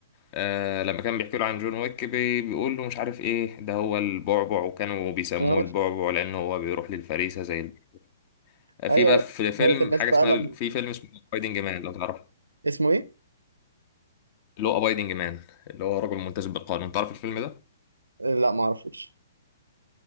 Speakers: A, on the left; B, on the right.
A: آه لما كان بيحكي له عن جون ويك بي- بيقول له مش عارف إيه ده هو البعبع وكانوا بيسموه
B: اه
A: البعبع لأنه هو بيروح للفريسة زي ال- آه،
B: ايوه
A: في بقى
B: ايوه
A: في فيلم
B: موت الناس
A: حاجة
B: بقى
A: اسمها
B: لما
A: في
B: <laughs>
A: فيلم اسمه أبايدنج مان لو تعرف
B: اسمه ايه؟
A: اللي هو أبايدنج مان اللي هو رجل ملتزم بالقانون تعرف الفيلم ده؟
B: لا ما اعرفوش